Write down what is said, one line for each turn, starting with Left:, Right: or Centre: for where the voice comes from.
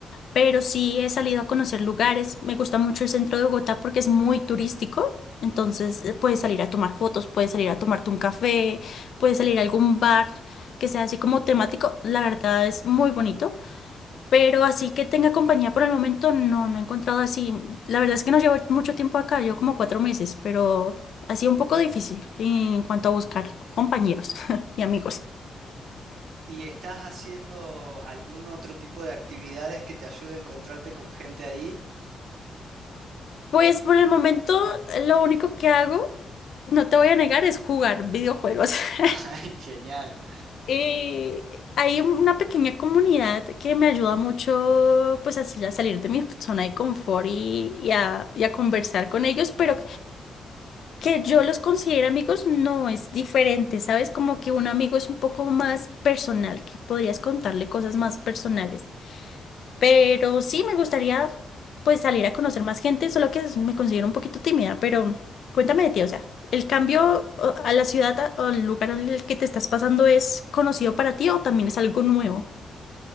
Left: pero sí he salido a conocer lugares. Me gusta mucho el centro de Bogotá porque es muy turístico. Entonces eh, puedes salir a tomar fotos, puedes salir a tomarte un café, puedes salir a algún bar que sea así como temático. La verdad es muy bonito. Pero así que tenga compañía por el momento, no, no he encontrado así. La verdad es que no llevo mucho tiempo acá, llevo como cuatro meses, pero ha sido un poco difícil en cuanto a buscar compañeros <laughs> y amigos.
Right: y estás haciendo algún otro tipo de actividades que te ayude a encontrarte con gente ahí.
Left: Pues por el momento lo único que hago, no te voy a negar, es jugar videojuegos. <laughs>
Right: <laughs> Ay, genial.
Left: eh, hay una pequeña comunidad que me ayuda mucho pues así a salir de mi zona de confort y, y a, y a conversar con ellos, pero que yo los considere amigos no es diferente, ¿sabes? Como que un amigo es un poco más personal, que podrías contarle cosas más personales. Pero sí me gustaría pues salir a conocer más gente, solo que es- me considero un poquito tímida, pero cuéntame de ti, o sea, ¿el cambio o- a la ciudad a- o al lugar al que te estás pasando es conocido para ti o también es algo nuevo?